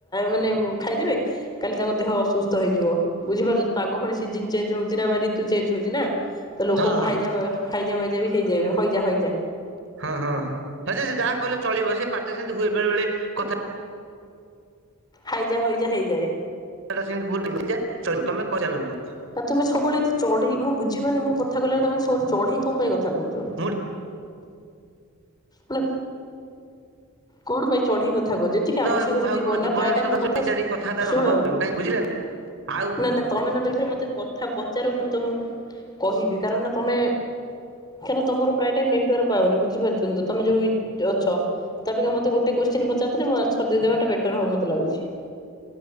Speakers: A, on the left; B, on the right.
A: ମାନେ ଖାଇଦେବେ କାଲି ତାଙ୍କ ଦେହ ଅସୁସ୍ଥ ହେଇଯିବ। ବୁଝିପାରୁଛନ୍ତି ପାଗ ଫୁଣି ସିଜିନ ଚେଞ୍ଜ ହଉଛି ନା ଆମର ରିତୁ ଚେଞ୍ଜ ହଉଛି ନା। ତ ଲୋକଙ୍କୁ
B: ହଁ ହଁ
A: ହାଇଜା ହାଇଯା ମଇଜା ବି ହେଇଯାଏ ହଇଯା ହଇଯା
B: ହଁ ହଁ ହଁ ସେ ଯାହା କହିଲେ ଚଳିବ ସେ ପାଟିରେ ସେମିତି ହୁଏ ବେଳେ ବଳେ କଥା
A: ହାଇଯା ହଇଯା ହେଇଯାଏ।
B: <unintelligible> ତମେ କହିଁ ଚାଲନ୍ତୁ।
A: ନା ତୁମେ ସବୁବେଳେ ଏମିତି ଚଢ଼ି ମୁଁ ବୁଝିପାରୁନି ମୁଁ କଥା କହିଲାବେଳେ ତମେ ଏମିତି ସବୁବେଳେ ଚଢ଼ିକି କଣ ପାଇଁ କଥା କହୁଛ।
B: ମୁଁ
A: ମନେ କଣ ପାଇଁ ଚଢିକି କଥା କହୁଚ? <unintelligible>
B: ତ
A: ଆବଶ୍ୟକ
B: ମୁଁ
A: ସେତିିକି
B: ଭାବୁଛି
A: କହୁନା
B: ମୋ ଜୀବନରେ
A: ପ୍ରାୟ ଟାଇ
B: ସଦା
A: ମୋ
B: ଚୋରି
A: କଥା
B: ଚାରି କଥାବାର୍ତ୍ତା
A: ଶୁଣ
B: ହବାକୁ ପଡିବ କାହିଁ ବୁଝିଲେ ନା ଆଉ
A: ନା ନା ତମେ ନହେଲେ ଏଥର ମତେ କଥା ପଚାର ମୁଁ ତମକୁ କହିବି କାରଣ ନା ତମେ କାହିଁକିନା ତମର ପ୍ରାୟ ଟାଇମ ନେଟୱାର୍କ ପାଉନି ବୁଝି ପାରୁଛନ୍ତିତ ତମେ ଯୋଉ ଅଛ ତା ଅପେକ୍ଷା ମତେ ଗୋଟେ କୋଶଚୀନ ପଚାରିଦେଲେ ମୁଁ ଆନ୍ସର ଦେଇଦେବାଟା ବେଟର ହବ ମତେ ଲାଗୁଛି।